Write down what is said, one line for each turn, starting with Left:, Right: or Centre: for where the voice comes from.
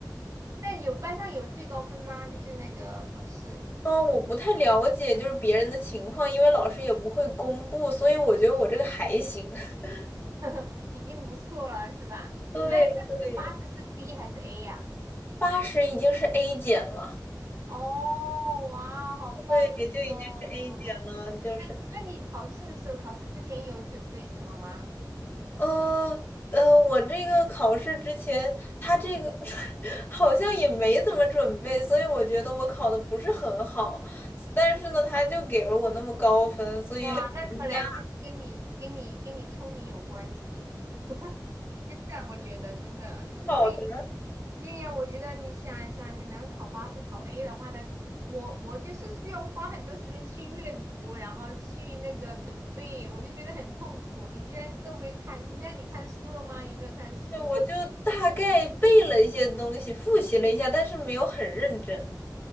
Right: 但有班上有最高分吗？就是那个考试，
Left: 嗯，我不太了解就是别人的情况，因为老师也不会公布，所以我觉得我这个还行。<laughs>
Right: <laughs> 已经不错了，是吧？
Left: 对对，
Right: 你那那这个八十是 B 还是 A 呀、
Left: 八十已经是 A 减了，
Right: 哦，哇，好棒哦！
Left: 对，就已经是 A 减了，就是
Right: 那那你考试的时候，考试之前有准备什么吗？
Left: 呃呃，我这个考试之前，他这个 <laughs> 好像也没怎么准备，所以我觉得我考的不是很好，但是呢，他就给了我那么高分，所以还挺惊讶
Right: 哇，那可能就是跟你、跟你、跟你聪明有关系。真的，我觉得真的，因为
Left: 好的。
Right: 对呀，我觉得你想一下，你能考八十、考 A 的话呢，我我就是需要花很多时间去阅读，然后去那个准备，我就觉得很痛苦。你居然都没看，那你看书了吗？有没有看书？
Left: 就我就大概背了一些东西，复习了一下，但是没有很认真。